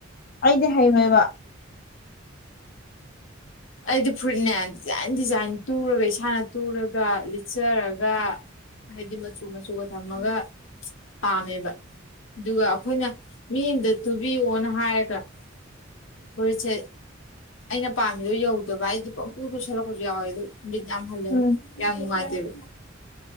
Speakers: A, on the left (about 45°); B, on the left (about 75°).
A: ꯑꯩꯗꯤ ꯍꯩꯔꯣꯏꯕ
B: ꯑꯩꯗꯤ ꯐꯨꯔꯤꯠꯅꯦ ꯗꯤꯖꯥꯏꯟ ꯗꯤꯖꯥꯏꯟ ꯇꯨꯔꯒ ꯏꯁꯥꯅ ꯇꯨꯔꯒ ꯂꯤꯠꯆꯔꯒ ꯍꯥꯏꯗꯤ ꯃꯆꯨ ꯃꯆꯨꯒ ꯊꯝꯃꯒ ꯄꯥꯝꯃꯦꯕ ꯑꯗꯨꯒ ꯑꯩꯈꯣꯏꯅ ꯃꯤ ꯑꯃꯗ ꯇꯨꯕꯤꯌꯣꯅ ꯍꯥꯏꯔꯒ <unintelligible> ꯑꯩꯅ ꯄꯥꯝꯃꯤꯗꯣ ꯌꯧꯗꯕ ꯑꯩꯗꯤ ꯄꯪꯇꯨ ꯇꯨꯁꯜꯂꯛꯄꯁꯨ ꯌꯥꯎꯋꯦ ꯑꯗꯣ ꯕꯤꯠ ꯌꯥꯝ ꯍꯜꯂꯦꯕ
A: ꯎꯝ
B: ꯌꯥꯝ ꯅꯨꯡꯉꯥꯏꯇꯦꯕ